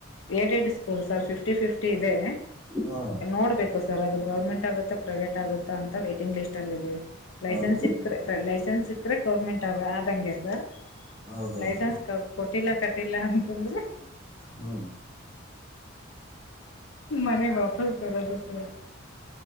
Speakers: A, on the left; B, in the centre.
A: aided school sir fifty fifty ಇದೆ.
B: ಹಾ
A: ನೋಡ್ಬೇಕು ಸರ್ ಅದು ಗೌರ್ಮೆಂಟ್ ಆಗುತ್ತಾ ಪ್ರೈವೇಟ್ ಆಗುತ್ತಾ ಅಂತ ವೈಟಿಂಗ್ ಲಿಸ್ಟ್ ಅಲ್ಲಿ ಇದೀವಿ. ಲೈಸೆನ್ಸ್
B: ಹೌದೇನ್ರಿ
A: ಸಿಕ್. ಕ್ರೆ ಲೈಸೆನ್ಸ್ ಸಿಕ್ಕ್ರೆ ಗೌರ್ಮೆಂಟ್ ಆ ಆದಂಗೆ ಸರ್
B: ಹೌದೌದ್ರಿ
A: ಲೈಸೆನ್ಸ್ ಕೊಟ್ಟಿಲ್ಲ. ಟ್ಟಿಲ್ಲ ಅಂತಂದ್ರೆ.
B: ಹ್ಮ್
A: ಮನೆಗ್ ವಾಪಸ್ ಬರೋದು ಸರ್.